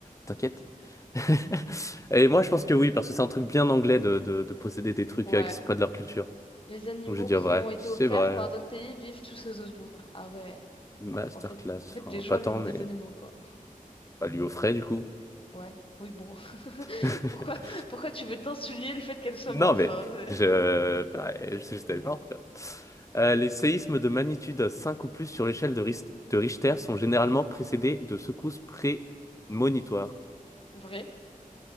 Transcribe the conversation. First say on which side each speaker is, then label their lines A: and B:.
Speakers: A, on the left; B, on the left.
A: T'inquiète. <laughs> Et moi, je pense
B: Mm,
A: que oui, parce que c'est un truc bien anglais de, de, de posséder des trucs
B: Ouais.
A: euh, qui sont pas de leur culture.
B: Les animaux
A: Donc, je vais dire
B: qui
A: vrai,
B: lui ont été
A: c'est
B: offerts
A: vrai.
B: par d'autres pays vivent tous aux eaux de l'ombre. Ah ouais.
A: Masterclass,
B: En fait, en fait,
A: enfin,
B: les gens
A: pas
B: lui
A: tant,
B: offrent
A: mais
B: des animaux, quoi.
A: pas lui offrait, du coup.
B: Ouais. Oui, bon. <laughs>
A: <laughs>
B: Pourquoi, pourquoi tu veux tant souligner le fait qu'elle soit
A: Non,
B: morte,
A: mais
B: genre? c'est-
A: je,
B: <laughs>
A: bah, je suis juste allé voir, quoi. Euh, les séismes de magnitude 5 ou plus sur l'échelle de, Ris- de Richter sont généralement précédés de secousses prémonitoires.
B: Vrai?